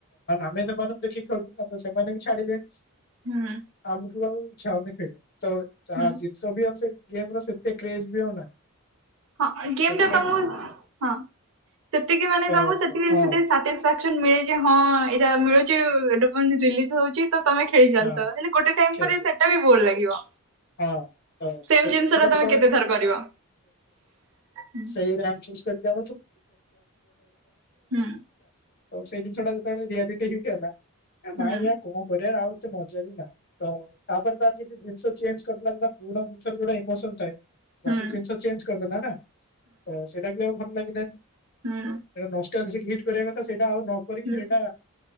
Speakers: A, on the left (about 45°); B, on the right (about 65°).
A: ଆମେ ସେମାନଙ୍କୁ ଦେଖିକି ଖେଳୁ ସେମାନେ ବି ଛାଡିଲେନି
B: ହୁଁ।
A: ବା ଇଛା ଖେଳିବା
B: ହୁଁ
A: ଜିନିଷ <unintelligible> ଗେମ ସେତେ କ୍ରେଜ <unintelligible>
B: ହଁ ଗେମ୍
A: ସେଇଥିପାଇଁ
B: ଟା ତମ ହଁ ସେତିକି ମାନେ
A: ତ
B: ତମକୁ ସେତିକି
A: ହଁ
B: ହଁ ଏଇଟା ମିଳୁଛି ଏଇଟା ରିଲିଜ ହଉଛି। ତମେ ଖେଳି ଚାଲିଥିବ
A: ହଁ
B: ତ ଗୋଟେ ଟାଇମ
A: ଖେଳିବି
B: ପରେ ସେଟା ବି ବୋର ଲାଗିବ।
A: ହଁ ତ
B: ସେମ
A: ସେଇ ଜିନିଷ
B: ତମେ
A: ଟା ଯେତେବେଳେ
B: କେତେ
A: <unintelligible> <unintelligible>
B: ଥର କରିବ। ହୁଁ
A: ଚାଲି ଥିବ ତ
B: ହୁଁ
A: ସେଇ ଜିନିଷଟା ଯେତେବେଳେ ରିଆଲିଟି ହିଟ୍ ହେଲା
B: ହୁଁ
A: ନାଇଁ କଣ କରିବାର ଆଉ ଏତେ ମଜା ବି ନାହିଁ ତ ତାପରେ ତ କିଛି ଜିନିଷ ଚେଞ୍ଜ <unintelligible> ପୁରୁଣା ଜିନିଷରେ ଇମୋସନ୍ ଥାଏ।
B: ହୁଁ
A: ବାକି ଜିନିଷ ଚେଞ୍ଜ କରିଦେଲା ନା ତ ସେଇଟା ବି ଆଉ ଭଲ ଲାଗିଲାନି।
B: ହୁଁ
A: ସେଟା ନଷ୍ଟ ହେଲେ ସେ ହିଟ କରିବା କଥା ସେଇଟା ଆଉ ନକରିକି
B: ହୁଁ
A: ହେଇଟା